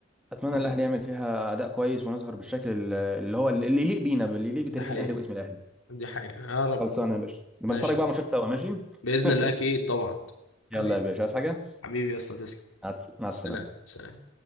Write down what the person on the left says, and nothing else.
يا
رب.
دي
حقيقة
دي حقيقة يا رب
ماشي
يا
باشا.
بإذن
الله أكيد طبعا
حبيبي
حبيبي يا أسطى تسلم
سلام
سلام